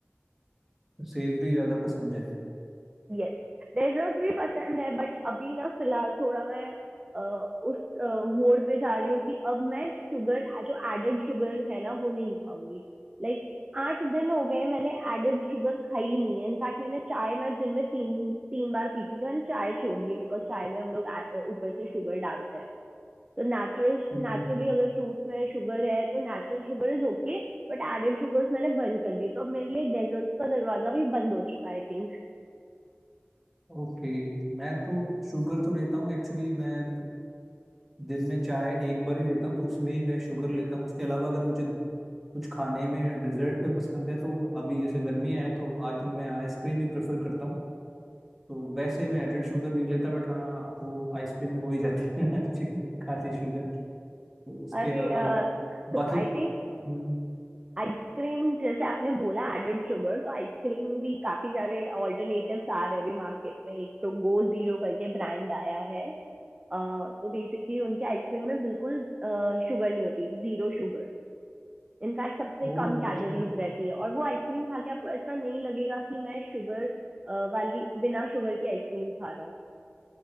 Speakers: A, in the centre; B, on the right.
A: सेवरी ज्यादा पसंद है
B: यस डेजर्ट भी पसंद है बट अभी ना फिलहाल थोड़ा मैं अ, उस मोड uh, पे जा रही हूँ कि अब मैं शुगर जो एडेड शुगर है ना वो नहीं खाऊंगी लाइक like, आठ दिन हो गए मैंने एडेड शुगर खाई ही नहीं है इनफैक्ट मैंने चाय मैं दिन में तीन तीन बार पीती थी मैंने चाय छोड़ दी है बिकॉज चाय में हम लोग आ- ऊपर से शुगर डालते हैं तो नेचुरल
A: हम्म
B: नेचुरली अगर फ्रूट्स में शुगर है तो natural sugar is okay But added sugars मैंने बंद कर दिए तो अब मेरे लिए डेजर्ट्स का दरवाजा भी बंद हो चुका है आई थिंक
A: ओके मैं तो शुगर तो लेता हूँ एक्चुअली मैं दिन में चाय एक बार ही लेता हूँ तो उसमें ही मैं शुगर लेता हूँ उसके अलावा अगर मुझे कुछ खाने में डिजर्ट में पसंद है तो अभी जैसे गर्मियाँ हैं तो आई थिंक मैं आइसक्रीम ही प्रेफर करता हूँ तो वैसे मैं एडेड शुगर नहीं लेता बट हाँ वो आइसक्रीम में हो ही जाती है <laughs> अच्छी खासी शुगर तो उसके
B: अरे
A: अलावा
B: आई
A: बाकी
B: थिंक
A: हम्म
B: आइसक्रीम जैसे आपने बोला एडेड शुगर तो आइसक्रीम भी काफी सारे ऑल्टरनेटिव्स आ रहे हैं अभी मार्केट में एक तो गो जीरो करके ब्रांड आया है अ, तो बेसिकली उनके आइसक्रीम में बिल्कुल शुगर uh, नहीं होती जीरो शुगर इनफैक्ट सबसे
A: ओ
B: कम
A: अच्छा
B: कैलोरीज रहती है और वो आइसक्रीम खा के आपको ऐसा नहीं लगेगा कि मैं शुगर uh, वाली बिना शुगर की आइसक्रीम खा रहा हूँ